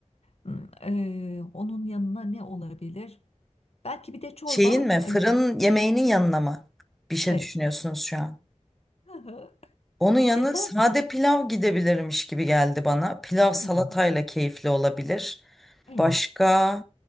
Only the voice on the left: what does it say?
m, e, onun yanına ne olabilir? Belki bir de çorba.
E,
Evet.
Hı hı.
Yeter
mi?
Hı.
Evet.